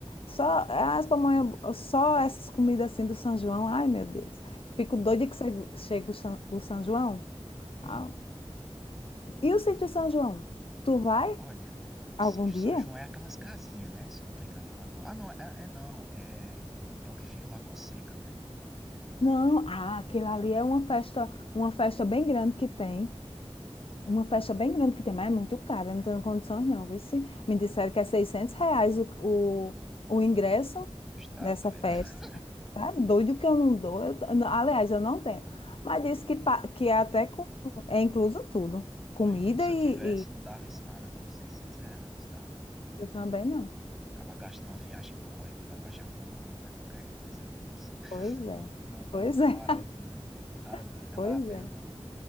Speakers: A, on the left; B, in the centre.
A: Só as pamonha, só essas comidas assim do São João. Ai, meu Deus. Fico doida que se- chega o São, o São João.
B: Hum,
A: Ah. E o sítio São João? Tu vai
B: olha, sítio
A: algum dia?
B: São João é aquelas casinhas, né? Se eu não tô enganado. Ah, não, é, é não. É, é um que fica em Lagoa Seca, né?
A: Não, ah, aquilo
B: É
A: ali
B: não?
A: é uma festa, uma festa bem grande que tem. Uma festa bem grande que tem, mas é muito cara, não tenho condições não. Vê se me disseram que é 600 reais o, o, o ingresso
B: Está
A: dessa
B: doido.
A: festa.
B: <laughs>
A: Tá doido que eu não dou. eu- eu não- aliás, eu não tenho. Mas disse que, pa- que é até com, é incluso tudo. Comida
B: Não, e mesmo se eu
A: e,
B: tivesse,
A: e
B: não dava isso nada, não. 600 reais, tá doido.
A: eu também não.
B: Acaba gastando uma viagem boa aí, vai pra Jacumã, faz qualquer coisa, menos
A: Pois
B: <laughs>
A: é,
B: no, no,
A: pois
B: no camarote,
A: é,
B: né? Tá doido,
A: <laughs>
B: não
A: pois
B: vale a pena
A: é.
B: não.